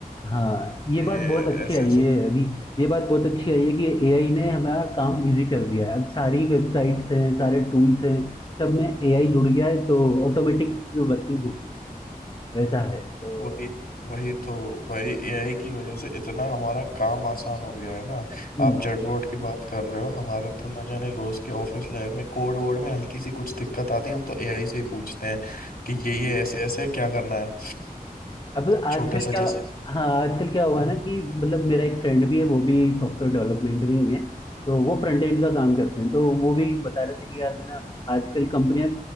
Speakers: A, on the left; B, on the left.
A: हाँ ये
B: ये
A: बात
B: ये
A: बहुत अच्छी
B: ऐसे
A: आई
B: ऐसे
A: है अभी ये बात बहुत अच्छी आई है कि एआई ने हमारा काम इजी कर दिया है अब सारी वेबसाइट्स हैं सारे टूल्स हैं सब में एआई जुड़ गया है तो ऑटोमेटिक वर्किंग होती है वैसा है तो
B: वही वही तो भाई एआई की वजह से इतना हमारा काम आसान हो गया है ना
A: हम्म।
B: आप चैटबॉट की बात कर रहे हो हमारे तो न जाने रोज के ऑफिस लाइफ में कोड वर्ड में हल्की सी कुछ दिक्कत आती है हम तो एआई से ही पूछते हैं कि ये ये ऐसे ऐसे क्या करना है
A: अब आजकल
B: छोटा सा
A: क्या
B: जैसे
A: हाँ आजकल क्या हुआ
B: हाँ।
A: ना कि मतलब मेरा एक फ्रेंड भी है वो भी सॉफ्टवेयर डेवलपमेंट में ही है तो वो फ्रंट एंड का काम करते हैं तो वो भी बता रहे थे कि यार कि ना आजकल कंपनियां